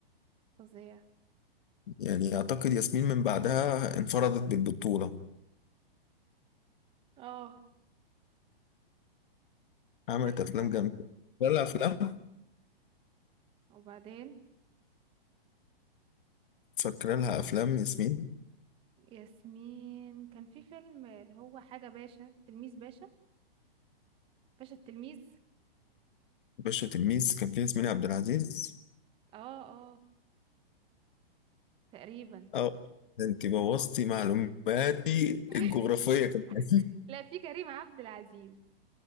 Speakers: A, on the right; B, on the left.
A: فظيع
B: يعني أعتقد ياسمين من بعدها انفردت بالبطولة
A: اه
B: عملت
A: حلو
B: أفلام
A: فعلا
B: جامدة فاكرة لها أفلام
A: وبعدين
B: فاكرة لها أفلام ياسمين
A: ياسمين كان في فيلم اللي هو حاجة باشا تلميذ باشا باشا التلميذ
B: باشا تلميذ كان فيه ياسمين عبد العزيز
A: اه اه تقريبا
B: أه ده أنت بوظتي معلوماتي
A: <laughs>
B: الجغرافية كمان
A: لا في كريم عبد العزيز